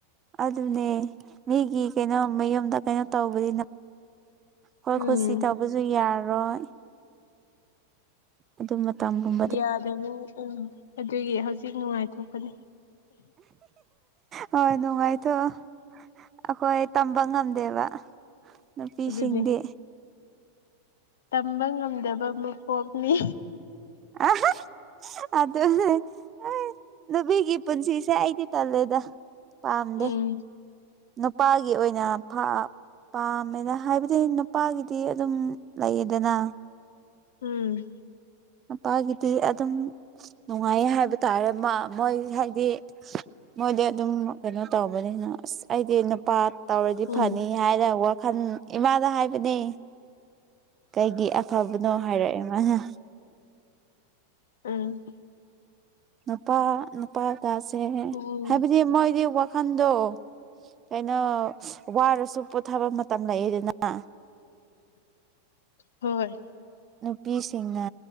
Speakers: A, on the right; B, on the left.
A: ꯑꯗꯨꯅꯦ ꯃꯤꯒꯤ ꯀꯩꯅꯣ ꯃꯌꯨꯝꯗ ꯀꯩꯅꯣ ꯇꯧꯕꯅꯤꯅ ꯍꯣꯏ
B: ꯎꯝ
A: ꯀꯨꯁꯤ ꯇꯧꯕꯁꯨ ꯌꯥꯔꯣꯏ ꯑꯗꯨ ꯃꯇꯝꯒꯨꯝ
B: ꯌꯥꯗꯕꯅꯤ ꯎꯝ ꯑꯗꯨꯒꯤ ꯍꯧꯖꯤꯛ ꯅꯨꯡꯉꯥꯏꯊꯣꯛꯄꯅꯤ
A: ꯍꯣꯏ ꯅꯨꯡꯉꯥꯏꯊꯣꯛꯑꯣ ꯑꯩꯈꯣꯏ ꯇꯝꯕ ꯉꯝꯗꯦꯕ ꯅꯨꯄꯤꯁꯤꯡꯗꯤ
B: ꯑꯗꯨꯅꯤ ꯇꯝꯕ ꯉꯝꯗꯕ ꯃꯄꯣꯛꯅꯤ
A: ꯑꯍꯥ ꯑꯗꯨ ꯍꯣꯏ ꯅꯨꯄꯤꯒꯤ ꯄꯨꯟꯁꯤꯁꯦ ꯑꯩꯗꯤ ꯇꯜꯂꯦꯗ ꯄꯥꯝꯗꯦ
B: ꯎꯝ
A: ꯅꯨꯄꯥꯒꯤ ꯑꯣꯏꯅꯥ ꯄꯥꯝꯃꯦꯗ ꯍꯥꯏꯕꯗꯤ ꯅꯨꯄꯥꯒꯤꯗꯤ ꯑꯗꯨꯝ ꯂꯩꯌꯦꯗꯅ
B: ꯎꯝ
A: ꯅꯨꯄꯥꯒꯤꯗꯤ ꯑꯗꯨꯝ ꯅꯨꯡꯉꯥꯏꯌꯦ ꯍꯥꯏꯕ ꯇꯥꯔꯦ ꯃꯥ ꯃꯣꯏ ꯍꯥꯏꯗꯤ ꯃꯣꯏꯗꯤ ꯑꯗꯨꯝ ꯀꯩꯅꯣ ꯇꯧꯕꯅꯤꯅ ꯑꯁ ꯑꯩꯗꯤ ꯅꯨꯄꯥ ꯇꯧꯔꯗꯤ
B: ꯎꯝ
A: ꯐꯅꯤ ꯍꯥꯏꯅ ꯋꯥꯈꯟ ꯏꯃꯥꯗ ꯍꯥꯏꯕꯅꯦ ꯀꯩꯒꯤ ꯑ ꯐꯕꯅꯣ ꯍꯥꯏꯔꯛꯑꯦ ꯃꯥꯅ
B: ꯎꯝ
A: ꯅꯨꯄꯥ ꯅꯨꯄꯥꯗꯥꯁꯦ
B: ꯎꯝ
A: ꯍꯥꯏꯕꯗꯤ ꯃꯣꯏꯗꯤ ꯋꯥꯈꯟꯗꯣ ꯀꯩꯅꯣ ꯋꯥꯔꯁꯨ ꯄꯣꯊꯥꯕ ꯃꯇꯝ ꯂꯩꯗꯅ
B: ꯍꯣꯏ
A: ꯅꯨꯄꯤꯁꯤꯡꯅ